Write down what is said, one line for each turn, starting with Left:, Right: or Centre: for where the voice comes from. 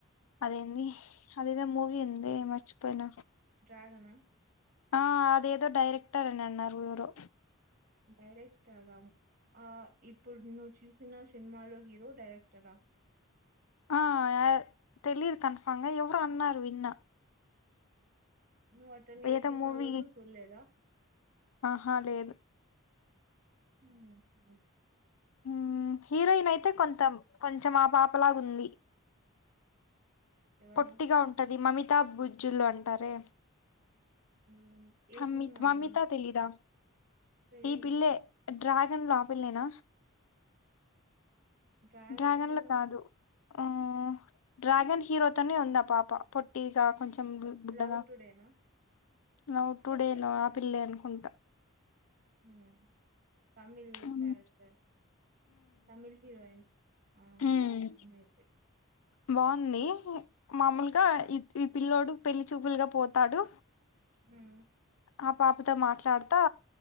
Left: అదేంది అదే మూవి ఎందే మర్చిపోయిన
Right: డ్రాగన్ ఆ
Left: ఆ అదేదో డైరెక్టర్ అని అన్నారు. ఎవరో
Right: డైరెక్ట్ అగాము ఆ ఇప్పుడు నువ్వు చూసిన సినిమాలో హీరో డైరెక్టరా
Left: ఆ తెలిదు కన్ఫాంగా ఎవర అన్నాారు విన్న
Right: నువ్వు అతను ఏ
Left: ఏదో
Right: సినిమాలోనూ
Left: మూవీ
Right: చూడలేదా
Left: ఆహా లేదు
Right: హ
Left: మ్మ్ హీరోయిన్ అయితే కొంతం కొంచెం ఆపాపలాగు ఉంది
Right: ఎవరు
Left: పొట్టిగా ఉంటది మమిత కితబజ్జీలు అంటారే
Right: ఉమ్, ఏ
Left: అ
Right: సినిమాలో
Left: నీకు వందిత తెలీదా
Right: తెలీదు
Left: ఈ పిల్ల డ్రాగన్ ఆ పిల్లేన
Right: డ్రాగన్
Left: డ్రాగన్లు
Right: లో
Left: కాదు ఆ డ్రాగన్ హీరో ఉందా పాప పొట్టగా కొంచెం బుడ్డగా
Right: లవ్ టుడే నా
Left: లవ్ టు డే లో ఆపిిల్లే అనుకుంటా
Right: మ్ Tamil
Left: um
Right: character Tamil heroine ఆ
Left: ఉమ్
Right: అమ్మాయి అయితే
Left: బాగుంది మామూలుగా ఈ ఈ పిల్ల్లోడు పెళ్లిి చూపులుగా పోతాడు
Right: మ్
Left: ఆ పాపతో మాట్లాడతా